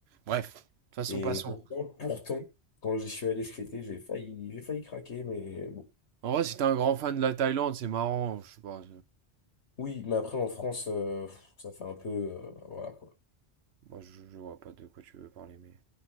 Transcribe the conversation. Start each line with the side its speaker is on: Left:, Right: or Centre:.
Right: Bref, de toute façon,
Left: Et
Right: passons.
Left: pourtant, pourtant, quand j'y suis allé cet été, j'ai failli, j'ai failli craquer, mais bon.
Right: En vrai, si t'es un grand fan de la Thaïlande, c'est marrant, je sais pas.
Left: Oui, mais après, en France, euh, pff, ça fait un peu... euh, voilà, quoi.
Right: Moi, je, je vois pas de quoi tu veux parler, mais.